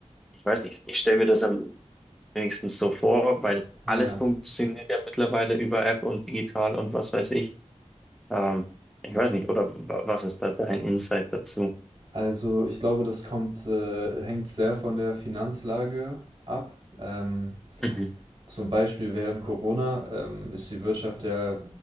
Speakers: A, in the centre; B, on the right.
A: ich weiß nicht, ich stelle mir das am wenigstens so vor, weil alles
B: Ja,
A: funktioniert ja mittlerweile über App und digital und was weiß ich. Ähm, ich weiß nicht, oder wa- was ist da dein Insight dazu?
B: also ich glaube, das kommt, äh, hängt sehr von der Finanzlage ab. Ähm,
A: Mhm.
B: Zum Beispiel während Corona, ähm, ist die Wirtschaft ja